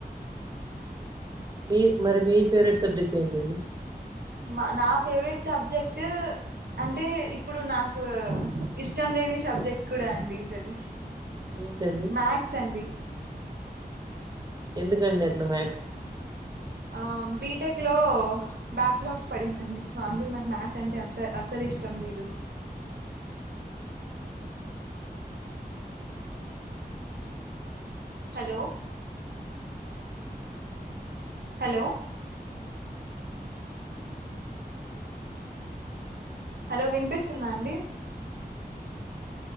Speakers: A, on the right; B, on the right.
A: మీర్ మరి మీ ఫేవరెట్ సబ్జెక్ట్ ఏంటండి
B: మా నా ఫేవరెట్ సబ్జెక్ట్ అంటే ఇప్పుడు నాకు ఇష్టం లేని సబ్జెక్ట్ కూడా అండి అది
A: ఏంటండి
B: మాక్స్ అండి
A: ఎందుకండి అట్లా మాక్స్
B: ఆ బీటెక్ లో బ్యాక్లాగ్స్ పడిందండి సో అందుకు నాకు మ్యాథ్స్ అంటే అస్ అస్సలు ఇష్టం లేదు హలో హలో హలో వినిపిస్తుందా అండి